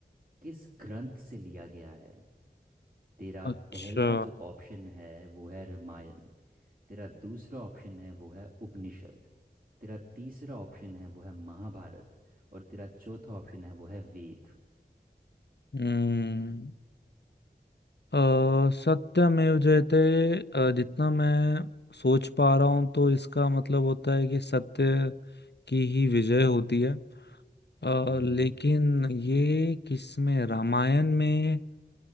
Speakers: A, on the right (about 50°); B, on the left (about 65°).
A: किस ग्रंथ से लिया गया है तेरा
B: अच्छा
A: पहला जो ऑप्शन है वो है रामायण तेरा दूसरा ऑप्शन है वो है उपनिषद तेरा तीसरा ऑप्शन है वो है महाभारत और तेरा चौथा ऑप्शन है वो है वेद
B: हम्म अ, सत्यमेव जयते अ, जितना मैं सोच पा रहा हूँ तो इसका मतलब होता है कि सत्य की ही विजय होती है अ,
A: हम्म
B: लेकिन ये किसमें रामायण में